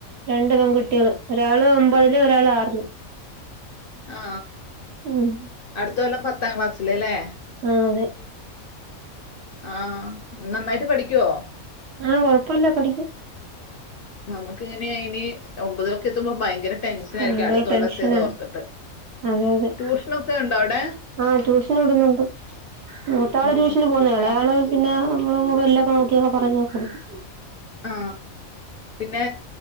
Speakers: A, on the right; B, on the left.
A: രണ്ട് പെൺകുട്ടികള് ഒരാള് ഒമ്പതില് ഒരാള് ആറില്
B: ആ
A: ഉം
B: അടുത്ത കൊല്ലം പത്ത് ത്താം ക്ലാസ്സിലല്ലേ
A: ആഹ് അതെ
B: ആ നന്നായിട്ട് പഠിക്കുവോ
A: ആ കുഴപ്പില്ല പഠിക്കും
B: നമുക്ക് ഇങ്ങനെ അയിന് ഒമ്പത്‌ലൊക്കെ എത്തുമ്പോ ഭയങ്കര ടെൻഷൻ
A: ഭയങ്കര
B: ആയിരിക്കും അടുത്ത കൊല്ലത്തേത്
A: ടെൻഷനാണ്
B: ഓർത്തിട്ട്
A: അതെ അതെ
B: ട്യൂഷനൊക്കെ ഉണ്ടോ അവിടെ
A: ആ ട്യൂഷൻ വിടുന്നുണ്ട് മൂത്ത ആള്
B: ഉം.
A: ട്യൂഷന് പോകുന്നയാ
B: ഞാ-
A: ഇളയാള് പിന്നെ നമ്മള് മ എല്ലൊക്കെ നോക്കിയൊക്കെ പറഞ്ഞ് കൊടുക്കും
B: ആ പിന്നെ